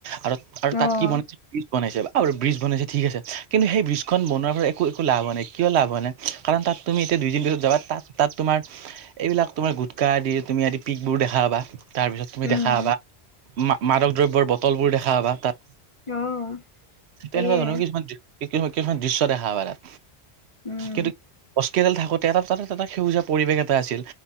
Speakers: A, on the right; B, on the left.
A: আৰু আৰু তাত
B: অ',
A: কি বনাই বীজ বনাইছে বা বীজ বনাইছে ঠিক আছে কিন্তু সেই ব্ৰীজখন বনোৱাৰপৰা একো একো লাভ হোৱা নাই কিয় লাভ হোৱা নাই কাৰণ তাত তুমি এতিয়া দুইদিন পিছত যাবা তাত তাত তোমাৰ এইবিলাক তোমাৰ গুটখা আদি তুমি আদি পিকবোৰ দেখা পাবা। তাৰপিছত তুমি
B: উম,
A: দেখা পাবা মা-মাদক দ্ৰব্যৰ বটলবোৰ দেখা পাবা তাত।
B: অ', সেয়ে,
A: তেনেকুৱা ধৰণৰ কিছুমান <unintelligible> কিছুমান দৃশ্য দেখা পায় তাত।
B: উম,
A: কিন্তু গছকেইডাল থাকোতে এটা তাত এটা সেউজীয়া পৰিৱেশ এটা আছিল,